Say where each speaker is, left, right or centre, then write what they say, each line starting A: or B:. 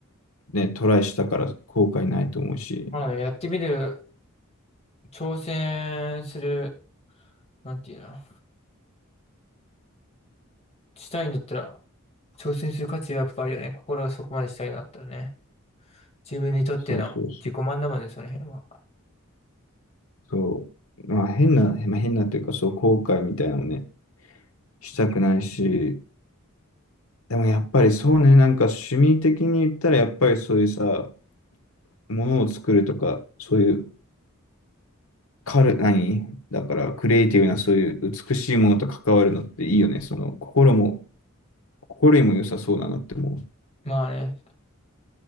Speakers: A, on the left; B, on the left.
A: ね、トライしたから後悔ないと思うし、
B: まあね、やってみる、挑戦する、なんていうの。したいんだったら、挑戦する価値はやっぱあるよね。心がそこまでしたいんだったらね。自分にとっての自己満だもんね、
A: そうそうそう。
B: その辺は。
A: そう、まあ変な、まあ、変なっていうか、そう、後悔みたいなのね、したくないし、でもやっぱりそうね、なんか趣味的に言ったら、やっぱりそういうさ、ものを作るとか、そういう、カル、何だから、クリエイティブな、そういう美しいものと関わるのっていいよね。その、心も、心にも良さそうだなって思
B: まあね、